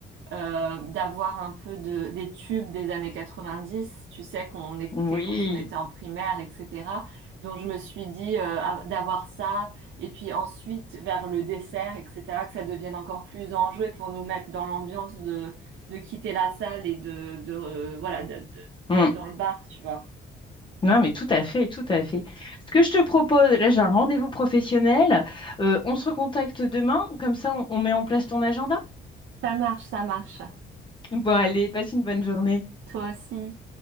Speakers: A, on the right; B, on the left.
A: euh, d'avoir un peu de, des tubes des années 90 tu sais, qu'on écoutait
B: Oui.
A: quand on était en primaire, etc. Donc, je me suis dit, euh, à- d'avoir ça et puis ensuite, vers le dessert, etc., que ça devienne encore plus enjoué pour nous mettre dans l'ambiance de, de quitter la salle et de, de, euh, voilà, de- de-
B: Mm.
A: d'être dans le bar, tu vois.
B: Non, mais tout à fait, tout à fait. Ce que je te propose, là, j'ai un rendez-vous professionnel. Euh, on se recontacte demain, comme ça, on on met en place ton agenda.
A: Ça marche, ça marche.
B: Bon, allez, passe une bonne journée.
A: Toi aussi.